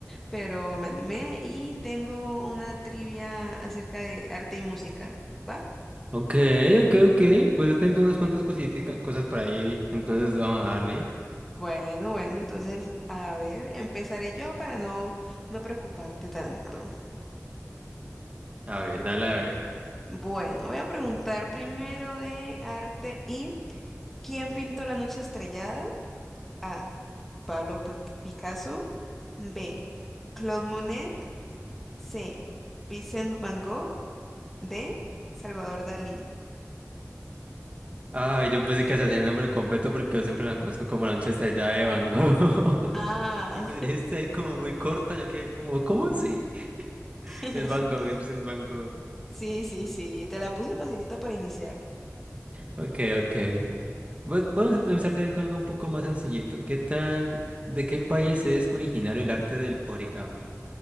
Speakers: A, in the centre; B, on the right (about 25°).
A: pero me animé y tengo una trivia acerca de arte y música, ¿va?
B: Ok, ok, ok. Pues yo tengo unas cuantas cositas, cosas por ahí. Entonces vamos a darle.
A: Bueno, bueno, entonces a ver, empezaré yo para no, no preocuparte tanto.
B: A ver, dale, a ver.
A: Bueno, voy a preguntar primero de arte y ¿quién pintó la noche estrellada? A. Pablo Pic- Picasso. B. Claude Monet. C. Vincent Van Gogh. D. Salvador Dalí.
B: Ay, yo pensé que hacía el nombre completo porque yo siempre la conozco como la noche estrellada de Van Gogh. <laughs>
A: Ah,
B: Y cuando dijiste ahí como muy corta, yo quedé como, ¿cómo así?
A: <laughs>
B: Es Van Gogh, es Vincent Van Gogh.
A: sí, sí, sí, te la puse facilita para iniciar.
B: Ok, ok. Bueno, Vamos a empezar también con algo un poco más sencillito. ¿Qué tal? ¿De qué país es originario el arte del origami?